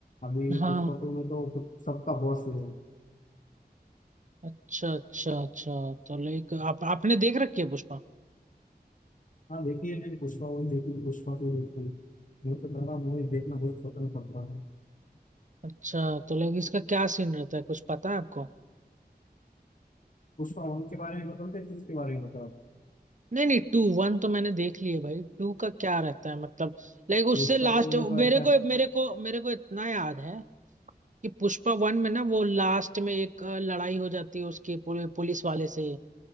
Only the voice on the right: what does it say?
हाँ
अच्छा अच्छा अच्छा तो लाइक आप आपने देख रखी है पुष्पा
अच्छा तो लाइक इसका क्या सीन रहता है कुछ पता है आपको
नहीं नहीं टू वन तो मैंने देख लिया भाई टू का क्या रहता है मतलब लाइक उससे
लास्ट
मेरे
को मेरे को मेरे को इतना याद है कि पुष्पा वन में ना वो लास्ट में एक अ, लड़ाई हो जाती है उसके पुल- पुलिस वाले से